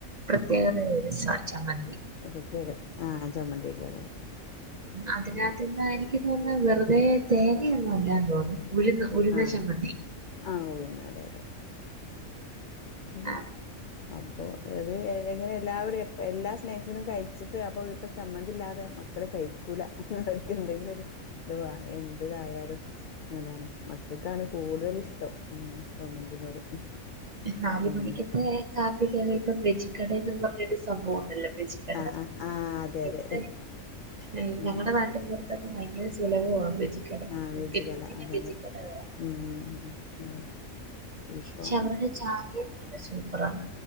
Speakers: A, on the right; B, on the left.
A: പ്രത്യേകതരം രസാ ചമ്മന്തി.
B: ആ പ്രത്യേകം ആ ചമ്മന്തിയൊക്കെയതെ.
A: അതിനാത്തിന്ന് എനിക്കു തോന്നുന്നത് വെറുതെ തേങ്ങയൊന്നും അല്ലാന്ന് തോന്നുന്നു. ഉഴുന്ന് ഉഴുന്ന്
B: ആഹ്
A: ചമ്മന്തി
B: ആഹ് ഉഴുന്ന് അതെ അതെ ഉം
A: ആ
B: അപ്പൊ അത് എങ്ങനെ എല്ലാവരും എപ്പ എല്ലാ സ്നാക്സിനും കഴിച്ചിട്ട് അപ്പൊ ഇപ്പൊ ചമ്മന്തി ഇല്ലാതെ മ ക്കള് കഴിക്കൂല അവർക്ക് എന്തെങ്കിലും ഒരു ഇതുവേണം എന്തിതായാലും. അതാണ് മക്കക്കാണ് കൂടുതലിഷ്ടം ഉം ചമ്മന്തിനോട്.
A: നാല്
B: ഉം
A: മണിക്കെകെ കാപ്പിക്കേറിയപ്പം ബെജിക്കടേന്നും പറഞ്ഞൊരു സംഭവം ഒണ്ടല്ലോ ബെജികട
B: ആഹ് ആഹ് ആഹ് അതെ അതെ
A: എന്ത് ഞങ്ങ
B: ഉം
A: ഞങ്ങടെ നാട്ടിലും കൊറ മിക്കടെത്തും ഭയങ്കര സുലഭവാ ബെജിക്കട
B: ആഹ് വെജ്
A: മുക്കിനു
B: കട
A: മുക്കിനു
B: അതെ
A: ബെജിക്കടയാ.
B: അതെ ഉം അതെ ഇപ്പം
A: പക്ഷെ അവരുടെ ചായേം നല്ല സൂപ്പറാണ്.